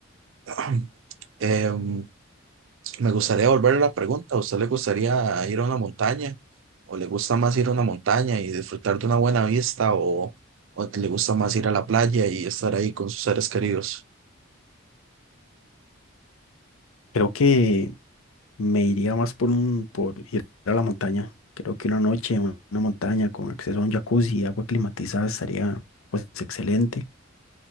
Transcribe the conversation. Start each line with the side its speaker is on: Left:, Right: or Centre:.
Right: <clears throat> Em, Me gustaría volver a la pregunta, ¿a usted le gustaría ir a una montaña? ¿O le gusta más ir a una montaña y disfrutar de una buena vista? ¿O, o le gusta más ir a la playa y estar ahí con sus seres queridos?
Left: Creo que Me iría más por un, por ir a la montaña. Creo que una noche en una montaña con acceso a un jacuzzi y agua climatizada estaría pues excelente.